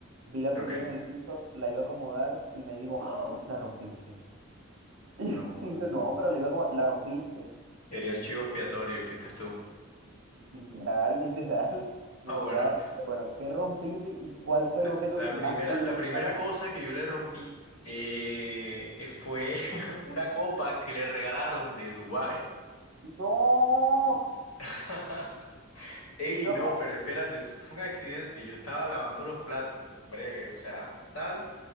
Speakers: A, on the right; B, on the left.
A: vi la
B: Ok.
A: cortina en el piso, la iba a acomodar y me dijo, "¡Ah! la rompiste. <laughs>
B: No.
A: Y yo, no, pero la iba como, la rompiste.
B: Quería un chivo expiatorio y fuiste tú.
A: Literal, literal, me
B: Ah,
A: usaron.
B: bueno.
A: Bueno, ¿qué rompiste y cuál fue
B: No,
A: el objeto
B: La
A: que más
B: primera,
A: te dio
B: la primera
A: que la rompiste?
B: cosa que yo le rompí eh, eh, fue <laughs> una copa que le regalaron de Dubái.
A: No,
B: <laughs> Ey,
A: no.
B: no, pero espérate, eso fue un accidente. Yo estaba lavando los platos, breve, o sea, tal.